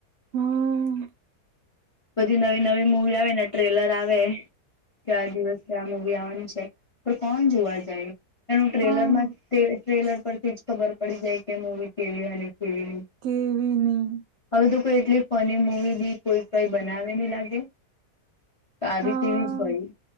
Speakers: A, on the right; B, on the left.
A: હમ્મ.
B: બધી નવી-નવી મુવી આવે ને, ટ્રેલર આવે. કે આ દિવસે આ મુવી આવવાની છે. પણ કોણ જોવા જાય? એનું ટ્રેલર
A: હા
B: માં જ તે ટ્રેલર પરથી જ ખબર પડી જાય કે મૂવી કેવી, અને- - કેવી નહીં.
A: કેવી નહી
B: હવે તો તો એટલી ફની મુવી બી કોઈ કંઈ બનાવે નહી લાગે. આવી
A: હા
B: તેવી જ હોય.